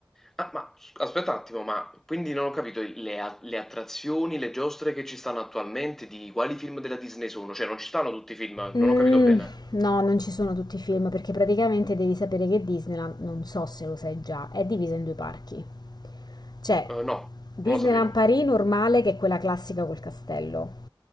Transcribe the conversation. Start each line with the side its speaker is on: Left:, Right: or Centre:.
Centre: ah, ma s- aspetta un attimo, ma quindi non ho capito le, a- le attrazioni, le giostre che ci stanno attualmente, di quali film della Disney sono? Cioè, non ci stanno tutti i film, non
Left: Mm,
Centre: ho capito bene.
Left: no, non ci sono tutti i film perché praticamente devi sapere che Disneyland, non so se lo sai già, è divisa in due parchi. C'è
Centre: Eh, no,
Left: Disneyland
Centre: non lo sapevo.
Left: Paris normale, che è quella classica col castello,